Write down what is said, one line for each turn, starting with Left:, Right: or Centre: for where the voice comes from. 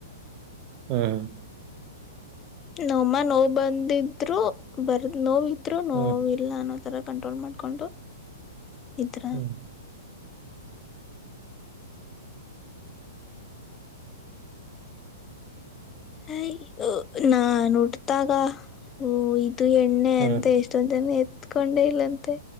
Right: ಹ್ಮ್
Left: ನೋಮ್ಮ ನೋವು ಬಂದಿದ್ರು ಬರ್ದ ನೋವಿದ್ರು ನೋವುಲ್ಲ
Right: ಹ್ಮ್
Left: ಅನ್ನೋ ಥರ ಕಂಟ್ರೋಲ್ ಮಾಡಕೊಂಡು ಈಥರ
Right: ಹ್ಮ್
Left: ಹಯ್ ನಾ ನೋಟತಾಗ ಹ ಇದು ಎಣ್ಣೆ
Right: ಹ್ಮ್
Left: ಅಂತ ಎಷ್ಟ ತಂದಾನ ಎತ್ಕೊಂಡೇ ಇಲ್ಲಂತೆ